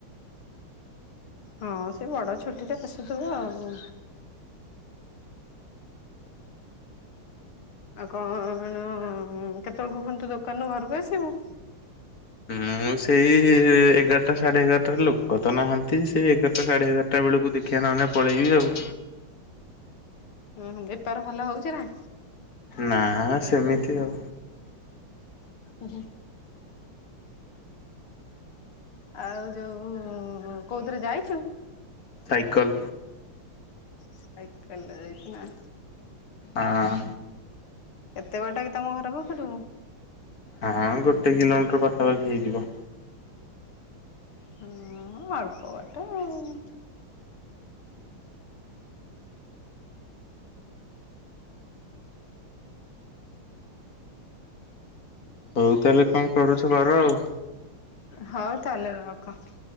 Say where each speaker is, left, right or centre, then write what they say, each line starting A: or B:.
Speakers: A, on the left; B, on the left.
A: ହଁ, ସେ ବଡ଼ ଛୁଟି ରେ ଆସୁଥିବ ଆଉ। ଆଉ କଣ କେତେବେଳକୁ ଫୁଣି ତୁ ଦୋକାନରୁ ଘରକୁ ଆସିବୁ?
B: ମୁଁ ସେଇ ଏଗାରଟା ସାଢେ ଏଗାରଟାରେ ଲୋକ ତ ନାହାନ୍ତି ସେଇ ଏଗାର ଟା ସାଢେ ଏଗାରଟା ବେଳକୁ ଦେଖିଆ ନହେଲେ ପଳେଇବି ଆଉ।
A: ଓହୋ! ବେପାର ଭଲ ହଉଛି ନା?
B: ନା, ସେମିତି ଆଉ।
A: ଉହୁଁ ଆଉ ଯୋଉ କୋଉଥିରେ ଯାଇଛୁ?
B: ସାଇକଲ।
A: ସାଇକଲ ରେ ଯାଇଛୁ ନା,
B: ଆଁ।
A: କେତେ ବାଟ କି ତମ ଘର ପାଖରୁ?
B: ହଁ ଗୋଟେ କିଲୋମିଟର ପାଖାପାଖି ହେଇଯିବ।
A: ହଁ ଅଳ୍ପ ବାଟ ଆଉ।
B: ହଉ ତାହେଲେ କଣ କରୁଛ କର ଆଉ।
A: ହଉ ତାହେଲେ ରଖ।